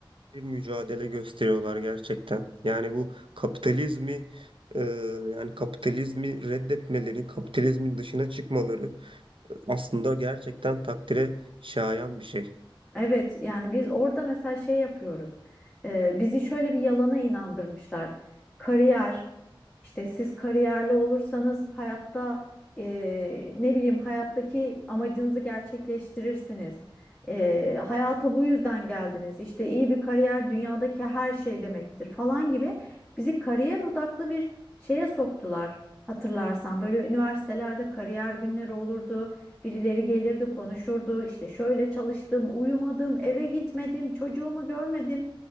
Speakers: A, on the right (about 70°); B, in the centre.
A: bir mücadele gösteriyorlar gerçekten. Yani bu kapitalizmi e, yani kapitalizmi reddetmeleri, kapitalizmin dışına çıkmaları e, aslında gerçekten takdire şayan bir şey.
B: Evet yani biz orada mesela şey yapıyoruz. Ee, bizi şöyle bir yalana inandırmışlar. Kariyer işte siz kariyerli olursanız hayatta e, ne bileyim hayattaki amacınızı gerçekleştirirsiniz. Ee, hayata bu yüzden geldiniz. İşte iyi bir kariyer dünyadaki her şey demektir falan gibi bizi kariyer odaklı bir şeye soktular. Hatırlarsan böyle üniversitelerde kariyer günleri olurdu. Birileri gelirdi, konuşurdu. İşte şöyle çalıştım, uyumadım, eve gitmedim, çocuğumu görmedim.